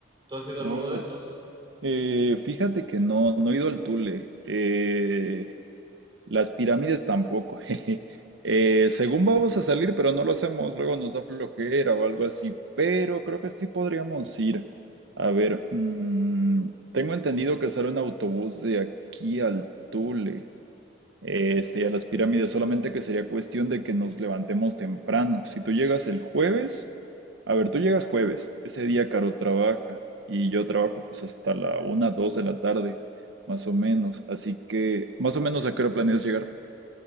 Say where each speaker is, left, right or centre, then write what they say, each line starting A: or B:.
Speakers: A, on the right; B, on the right.
A: ¿Tú has ido a
B: Oh,
A: alguno de estos?
B: eh, fíjate que no, no he ido al Tule. Eh, Las pirámides tampoco. <laughs> jeje. Eh, según vamos a salir, pero no lo hacemos, luego nos da flojera o algo así, pero creo que sí podríamos ir. A ver, mm, tengo entendido que sale un autobús de aquí al Tule, eh, este, y a las pirámides, solamente que sería cuestión de que nos levantemos temprano. Si tú llegas el jueves, a ver, tú llegas jueves, ese día Caro trabaja y yo trabajo pues hasta la una, dos de la tarde, más o menos, así que más o menos a qué hora planeas llegar.